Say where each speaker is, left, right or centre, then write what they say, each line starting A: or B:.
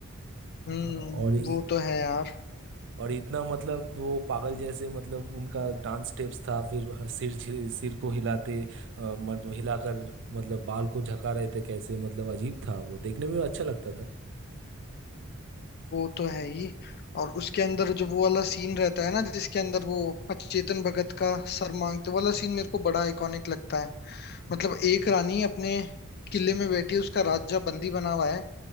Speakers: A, on the left; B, on the right.
A: हम्म
B: हाँ, और इ-
A: वो तो है यार
B: और इतना मतलब वो पागल जैसे मतलब उनका डांस स्टेप्स था फिर ह- सिर झि- सिर को हिलाते अ, मतलब हिलाकर मतलब बाल को झका रहे थे कैसे मतलब अजीब था वो देखने में अच्छा लगता था
A: वो तो है ही और उसके अंदर जो वो वाला सीन रहता है ना जिसके अंदर वो चेतन भगत का सर मांगते वो वाला सीन मेरे को बड़ा आइकॉनिक लगता है मतलब एक रानी अपने किले में बैठी है, उसका राजा बंदी बना हुआ है